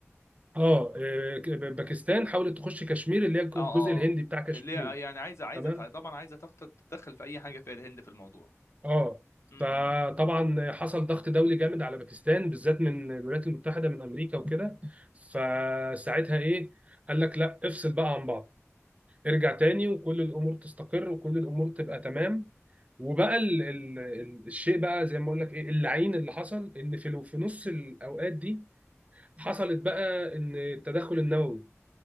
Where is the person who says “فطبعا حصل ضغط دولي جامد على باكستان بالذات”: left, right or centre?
Right